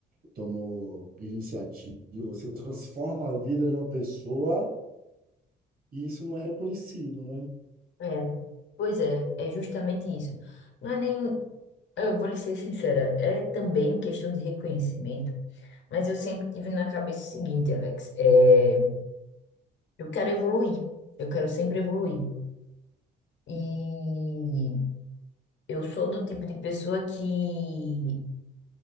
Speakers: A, on the right (about 50°); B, on the left (about 70°).
A: tomou iniciativa, você transforma a vida de uma pessoa e isso não é reconhecido, né?
B: É. Pois é, é justamente isso. Não é nem, eu vou lhe ser sincera, é também questão de reconhecimento, mas eu sempre tive na cabeça o seguinte, Alex, é... Eu quero evoluir. Eu quero sempre evoluir. E eu sou do tipo de pessoa que,